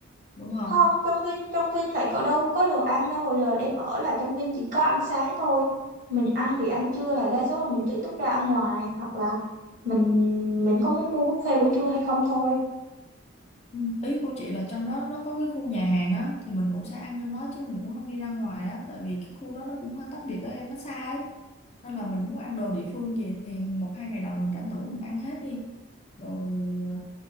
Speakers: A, on the left; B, on the right.
A: đúng không
B: Không, trong Vinh, trong Vinh lại có đâu có đồ ăn đâu. Hồi đợt em ở là trong Vinh chỉ có ăn sáng thôi. Mình ăn thì ăn trưa là đa số là mình tự túc ra ăn ngoài. Hoặc là mình mình có muốn mua buffet buổi trưa hay không thôi.
A: Ừ, Ý của chị là trong đó nó có cái khu nhà hàng á thì mình cũng sẽ ăn trong đó chứ mình cũng không đi ra ngoài á tại vì cái khu đó nó cũng hơi tách biệt với em nó xa ấy nên là mình muốn ăn đồ địa phương gì thì một hai ngày đầu mình tranh thủ mình ăn hết đi rồi ờ,